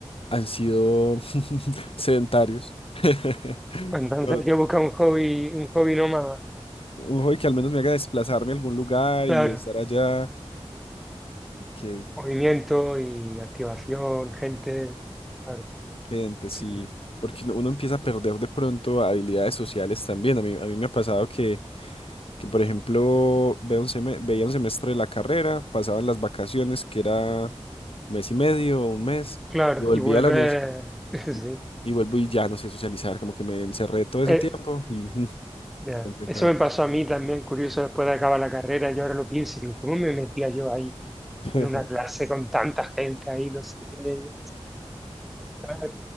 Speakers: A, on the left; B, in the centre.
A: han sido <laughs> sedentarios. <laughs>
B: Bueno, Entonces
A: No,
B: hay que buscar un hobby, un hobby nómada,
A: Un hobby que al menos me haga desplazarme a algún lugar
B: claro.
A: y estar allá. Ok,
B: Movimiento y activación, gente, claro,
A: gente,
B: sí,
A: sí. Porque uno uno empieza a perder de pronto habilidades sociales también. A mí, a mí me ha pasado que, que por ejemplo, veo un seme- veía un semestre de la carrera, pasaban las vacaciones, que era un mes y medio o un mes,
B: claro.
A: y volvía
B: Y vuelve,
A: a la universidad
B: <laughs> sí.
A: y, y vuelvo y ya no sé socializar, como que me encerré todo ese
B: Eh,
A: tiempo y mm,
B: Ya.
A: complicado.
B: Eso me pasó a mí también, curioso, después de acabar la carrera, yo ahora lo pienso, y digo, ¿cómo me metía yo ahí
A: <laughs>
B: en una clase con tanta gente ahí, no sé qué? Estaba